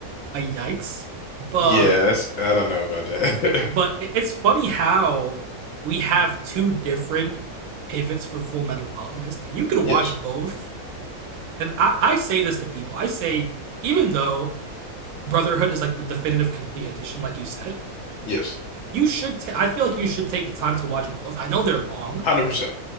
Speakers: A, on the right; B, on the left.
A: a yikes. But
B: Yeah, that's I don't know about that.
A: but
B: <laughs>
A: it's funny how we have two different pivots for Full Metal Alchemist, and you could watch
B: Yes.
A: both. And I, I say this to people. I say even though Brotherhood is like the definitive complete edition, like you said,
B: Yes.
A: you should. Ta- I feel like you should take the time to watch both. I know they're long,
B: 100%.